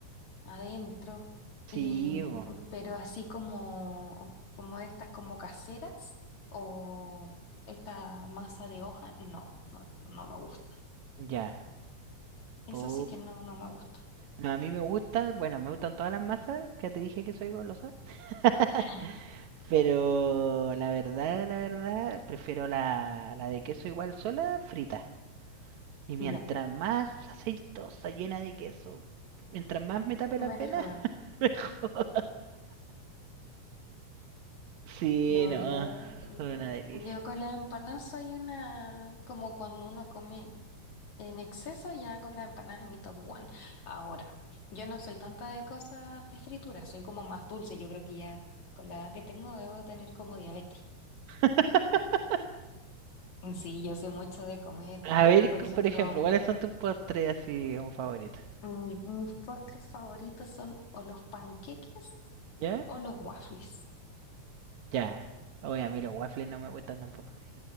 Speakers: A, on the left; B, on the right.
A: adentro,
B: Sí,
A: y,
B: bo,
A: pero así como, como estas como caseras o esta masa de hoja, no, no, no me gusta.
B: ya.
A: Eso
B: Pu,
A: sí que no, no me gusta.
B: No, a mí me gusta, bueno, me gustan todas las masas, que te dije que soy golosa. <laughs>
A: <laughs>
B: Pero la verdad, la verdad, prefiero la, la de queso igual sola, frita. Y mientras
A: Ya,
B: más aceitosa, llena de queso, mientras más me tape
A: mejor.
B: las venas, <laughs> mejor. Sí,
A: No,
B: no,
A: yo,
B: son una delicia.
A: mm, yo con las empanadas soy una, como cuando uno come en exceso, ya con las empanadas es mi top one. Ahora, yo no soy tanta de cosas de fritura, soy como más dulce. Yo creo que ya con la edad que tengo debo de tener como diabetes.
B: <laughs>
A: Sí, yo sé mucho de comer.
B: A ver,
A: Por
B: cu-
A: ejemplo,
B: por ejemplo, ¿cuáles son tus postres así como favoritos?
A: mi- mis postres favoritos son o los panqueques
B: ¿Ya?
A: o los waffles.
B: Ya. Oye, a mí los waffles no me gustan tampoco.